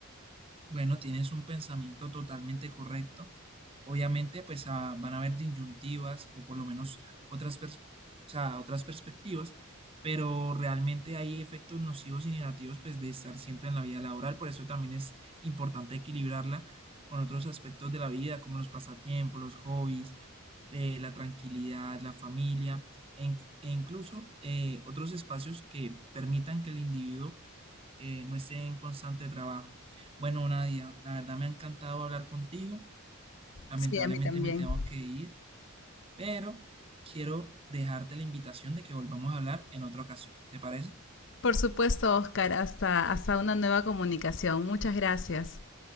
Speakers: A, on the right; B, on the left.
A: Bueno, tienes un pensamiento totalmente correcto. Obviamente, pues ah, van a haber disyuntivas o por lo menos otras, pers- o sea, otras perspectivas, pero realmente hay efectos nocivos y negativos pues de estar siempre en la vida laboral. Por eso también es importante equilibrarla con otros aspectos de la vida, como los pasatiempos, los hobbies, eh, la tranquilidad, la familia e, in- e incluso eh, otros espacios que permitan que el individuo eh, no esté en constante trabajo. Bueno, Nadia, la verdad me ha encantado hablar contigo. Lamentablemente
B: Sí, a mí también.
A: me tengo que ir, pero quiero dejarte la invitación de que volvamos a hablar en otra ocasión. ¿Te parece?
B: Por supuesto, Oscar, hasta, hasta una nueva comunicación. Muchas gracias.